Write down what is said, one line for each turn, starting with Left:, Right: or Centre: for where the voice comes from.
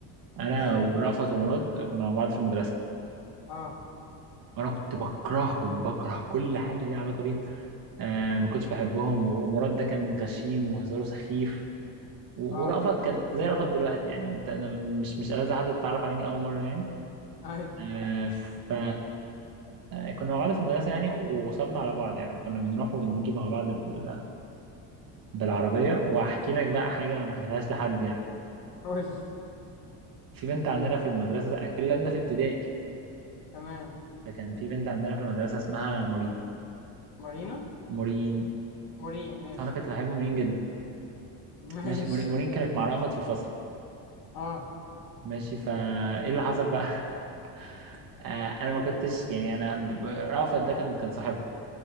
Right: انا
Left: ازاي
Right: ورأفت ومراد كنا مع بعض في المدرسة
Left: اه
Right: وانا كنت بكرههم بكره كل حاجة ليها علاقة بيهم آه ما كنتش بحبهم ومراد ده كان غشيم وهزاره سخيف و-
Left: اه
Right: ورأفت كان زي رأفت دلوقتي يعني انت أنا مش مش ألذ حد تتعرف عليه من اول مرة يعني
Left: <laughs> ايوه
Right: آه ف كنا مع بعض في المدرسة يعني وصبنا على بعض يعني كنا بنروح ونجي مع بعض بال... بالعربية وهحكي لك بقى حاجة ما حكيتهاش لحد يعني
Left: قول لي.
Right: في بنت عندنا في المدرسة الكلام ده في ابتدائي
Left: تمام
Right: فكان في بنت عندنا في المدرسة اسمها مورين
Left: مارينا
Right: مورين
Left: مورين ماشي
Right: أنا كنت بحب مورين جدا
Left: ماشي
Right: ماشي مورين مورين كانت مع رأفت في الفصل
Left: اه
Right: ماشي فإيه اللي حصل بقى؟ <laughs> آه أنا ما كنتش يعني أنا ب- ب- رأفت ده كان كان صاحبها